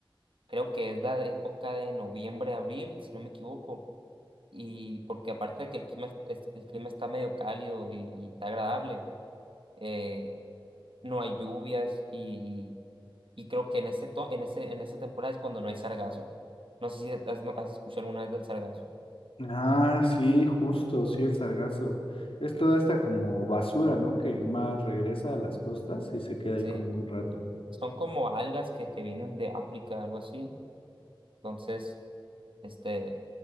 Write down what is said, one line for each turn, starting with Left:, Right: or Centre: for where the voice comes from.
Right: Creo que es la época de noviembre, abril, si no me equivoco y porque aparte de que el clima, es- es- el clima está medio cálido y, y está agradable, eh, no hay lluvias y, y, y creo que en ese to- en ese, en esa temporada es cuando no hay sargazo. No sé si has, no- has escuchado alguna vez del sargazo.
Left: Ah, sí, justo, sí, el sargazo. Es toda esta como basura, ¿no? Que el mar regresa a las costas y se queda
Right: Sí,
Left: ahí como un rato.
Right: son como algas que, que vienen de África, algo así. Entonces, este,